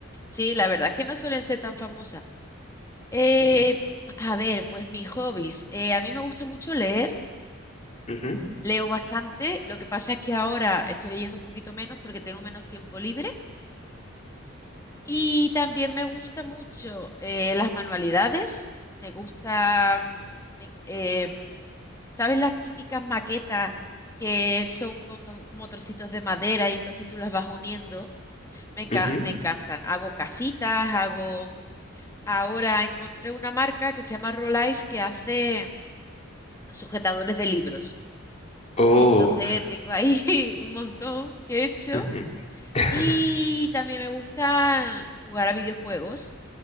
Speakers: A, on the left; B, on the left.
A: Sí, la verdad es que no suelen ser tan famosas. Eh,
B: Ujú,
A: a ver, pues mis hobbies. Eh, a mí me gusta mucho leer,
B: ujú,
A: leo bastante. Lo que pasa es que ahora estoy leyendo un poquito menos porque tengo menos tiempo libre. Y también me gusta mucho eh, las manualidades. Me gusta, mm, me- em, ¿sabes las típicas maquetas que son como, como trocitos de madera y entonces tú las vas uniendo? Me
B: ujú,
A: enca-
B: ujú.
A: me encantan. Hago casitas, hago... Ahora encontré una marca que se llama Rolife que hace sujetadores de libros.
B: Oh,
A: Y entonces tengo ahí <laughs> un montón que he hecho.
B: ujú. <laughs>
A: Y también me gusta jugar a videojuegos.